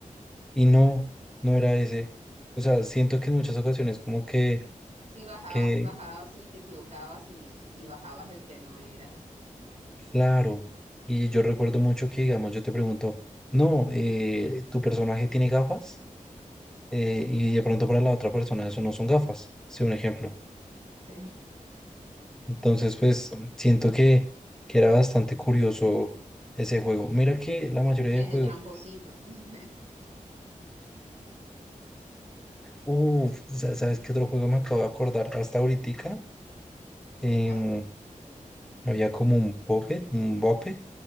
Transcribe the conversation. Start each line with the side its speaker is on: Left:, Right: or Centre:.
Centre: y no, no era ese. O sea, siento que en muchas ocasiones como que,
Right: Si bajabas,
Centre: que,
Right: bajabas y te equivocabas y, y bajabas el que no era, <laughs>
Centre: claro, y yo recuerdo mucho que, digamos, yo te pregunto, no, eh, tu personaje tiene gafas, Eh, y de pronto para la otra persona eso no son gafas, sí, un ejemplo.
Right: sí.
Centre: Entonces, pues siento que, que era bastante curioso ese juego. Mira que la mayoría
Right: Medio
Centre: de juegos.
Right: tramposito. <laughs>
Centre: uff ¿sabes qué otro juego me acabo de acordar? Hasta ahorita
Right: ¿De
Centre: Em,
Right: cuál?
Centre: había como un Puppet, un Buppet,